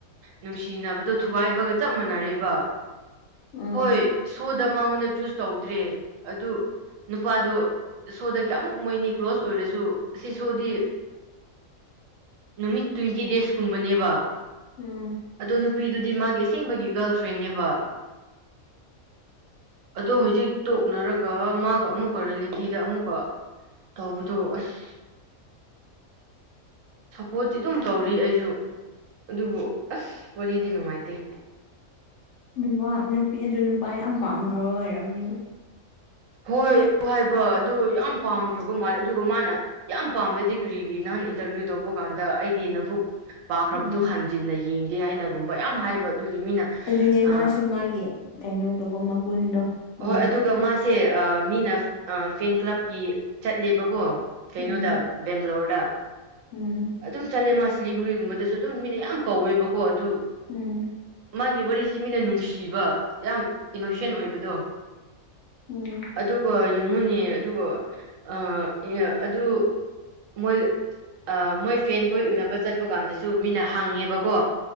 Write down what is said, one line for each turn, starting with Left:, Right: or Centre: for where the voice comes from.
Right: ꯅꯨꯡꯁꯤꯅꯕꯗꯣ ꯊꯨꯒꯥꯏꯕꯒ ꯆꯞ ꯃꯥꯟꯅꯔꯦꯕ
Left: ꯑꯥ
Right: ꯍꯣꯏ ꯁꯨꯗ ꯃꯉꯣꯟꯗ ꯆꯨꯁ ꯇꯧꯗ꯭ꯔꯦ ꯑꯗꯨ ꯅꯨꯄꯥꯗꯣ ꯁꯨꯗ ꯀꯌꯥꯃꯨꯛ ꯃꯣꯏꯅꯤ ꯀ꯭ꯂꯣꯁ ꯑꯣꯏꯔꯁꯨ ꯁꯤ ꯁꯨꯗꯤ
Left: <inaudible>
Right: ꯅꯨꯃꯤꯠ ꯇ꯭ꯋꯦꯟꯇꯤ ꯗꯦꯖꯀꯨꯝꯕꯅꯦꯕ
Left: ꯎꯝ
Right: ꯑꯗꯣ ꯅꯨꯄꯤꯗꯨꯗꯤ ꯃꯥꯒꯤ ꯑꯁꯦꯡꯕꯒꯤ ꯒꯥꯔꯜ ꯐ꯭ꯔꯦꯟꯅꯦꯕ ꯑꯗꯣ ꯍꯧꯖꯤꯛ ꯇꯣꯛꯅꯔꯒ ꯃꯥꯒ ꯑꯃꯨꯛꯀ ꯔꯤꯌꯦꯂꯤꯇꯤꯗ ꯑꯃꯨꯛꯀ ꯇꯧꯕꯗꯨ ꯑꯁ
Left: <inaudible>
Right: ꯄꯣꯠꯇꯤ ꯑꯗꯨꯝ ꯇꯧꯔꯤ ꯑꯩꯁꯨ ꯑꯗꯨꯕꯨ ꯑꯁ ꯋꯥꯔꯤꯗꯤ ꯅꯨꯡꯉꯥꯏꯇꯦ
Left: ꯅꯨꯄꯥ ꯅꯨꯄꯤ ꯑꯗꯨ ꯅꯨꯄꯥ ꯌꯥꯝ ꯄꯥꯝꯈ꯭ꯔꯕ ꯑꯣꯏꯔꯝꯅꯤ
Right: ꯍꯣꯏ ꯑꯗꯨ ꯍꯥꯏꯕ ꯑꯗꯨ ꯌꯥꯝ ꯄꯥꯝꯈ꯭ꯔꯕ ꯃꯥꯜꯂꯦ ꯑꯗꯨꯒ ꯃꯥꯅ ꯌꯥꯝ ꯄꯥꯝꯂꯗꯤ ꯀꯔꯤꯒꯤ ꯅꯍꯥꯟ ꯏꯟꯇ꯭ꯔꯚꯤꯌꯨ ꯑꯗꯨ ꯇꯧꯕ ꯀꯥꯟꯗ ꯑꯩꯗꯤ ꯅꯕꯨꯛ ꯄꯥꯈ꯭ꯔꯕꯗꯨ
Left: ꯎꯝ
Right: ꯍꯟꯖꯤꯟꯅ ꯌꯦꯡꯉꯤ ꯌꯥꯏꯅꯒꯨꯝꯕ ꯌꯥꯝ ꯍꯥꯏꯕ ꯑꯗꯨꯒꯤ ꯃꯤꯅ
Left: ꯑꯗꯨꯅꯦ
Right: ꯑ
Left: ꯃꯥꯁꯨ ꯃꯥꯒꯤ ꯀꯩꯅꯣꯗꯣꯀꯣ ꯃꯒꯨꯟꯗꯣ
Right: ꯍꯣꯏ
Left: ꯃꯤꯅ
Right: ꯑꯗꯨꯒ ꯃꯥꯁꯦ ꯑ ꯃꯤꯅ ꯑ ꯐꯦꯟ ꯀ꯭ꯂꯕꯀꯤ ꯆꯠꯂꯦꯕꯀꯣ ꯀꯩꯅꯣꯗ
Left: ꯎꯝ
Right: ꯕꯦꯡꯒ꯭ꯂꯣꯔꯗ
Left: ꯎꯝ
Right: ꯑꯗꯨꯝ ꯆꯠꯂꯦ ꯃꯥꯁ ꯁꯤꯂꯤꯒꯨꯔꯤꯒꯨꯝꯕꯗꯁꯨ ꯑꯗꯨꯝ ꯃꯤꯅ ꯌꯥꯝ ꯀꯧꯋꯦꯕꯀꯣ ꯑꯗꯨ
Left: ꯎꯝ
Right: ꯃꯥꯒꯤ ꯋꯥꯔꯤꯁꯤ ꯃꯤꯅ ꯅꯨꯡꯁꯤꯕ ꯌꯥꯝ ꯏꯅꯣꯁꯦꯟ ꯑꯣꯏꯕꯗꯣ
Left: ꯎꯝ
Right: ꯑꯗꯨꯒ ꯌꯦꯡꯉꯨꯅꯦ ꯑꯗꯨꯒ ꯑ ꯌꯥ ꯑꯗꯨ ꯃꯣꯏ ꯑ ꯃꯣꯏ ꯐꯦꯟ ꯈꯣꯏ ꯎꯅꯕ ꯆꯠꯄ ꯀꯥꯟꯗꯁꯨ ꯃꯤꯅ ꯍꯪꯉꯦꯕꯀꯣ